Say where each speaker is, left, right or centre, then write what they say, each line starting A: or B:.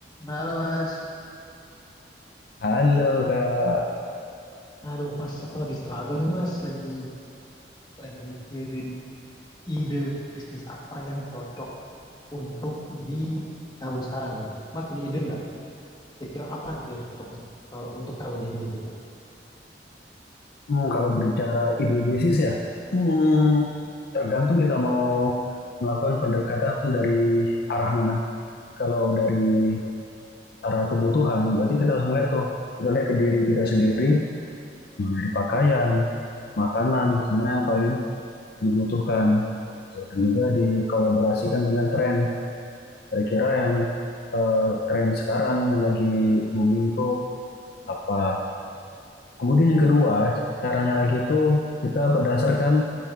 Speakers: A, on the left; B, on the left.
A: Halo Mas.
B: Halo Kak,
A: Aduh Mas, aku lagi struggle nih Mas, lagi lagi mikirin ide bisnis apa yang cocok untuk di tahun sekarang nih Mas. Mas punya ide nggak? Kira-kira apa gitu yang cocok untuk eh, untuk tahun ini gitu?
B: Hmm, kalau berbicara ide bisnis ya, Hmm, tergantung kita mau melakukan pendekatan dari arah mana. Kalau dari arah kebutuhan, berarti kita harus melihat tuh, kita lihat ke diri kita sendiri, mulai dari pakaian, makanan, gitu, mana yang paling dibutuhkan. Tuh, dan juga dikolaborasikan dengan tren. Kira-kira yang eh, tren sekarang yang lagi booming itu apa. Kemudian yang kedua, caranya lagi itu kita berdasarkan